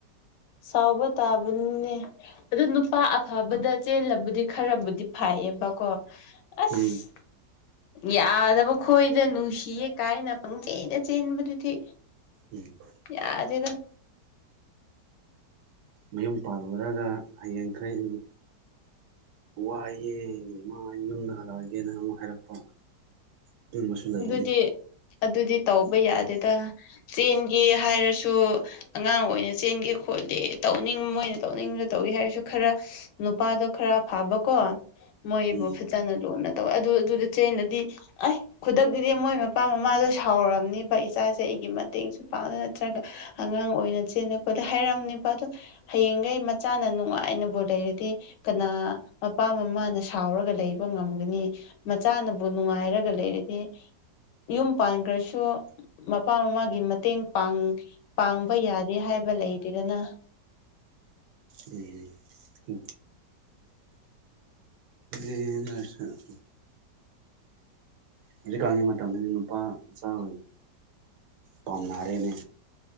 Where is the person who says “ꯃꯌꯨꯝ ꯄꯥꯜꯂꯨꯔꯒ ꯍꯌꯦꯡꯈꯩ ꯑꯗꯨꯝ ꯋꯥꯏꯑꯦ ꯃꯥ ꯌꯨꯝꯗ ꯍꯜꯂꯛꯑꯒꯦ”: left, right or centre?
Right